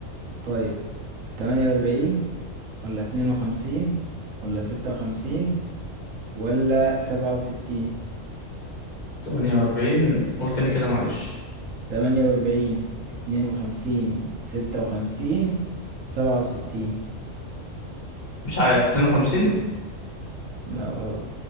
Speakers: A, on the right; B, on the left.
A: طيب 48 ولا 52 ولا 56 ولا 67
B: 48 قول تاني كده معلش
A: تمانية وأربعين اتنين وخمسين ستة وخمسين سبعة وستين
B: مش عارف 52
A: لا غلط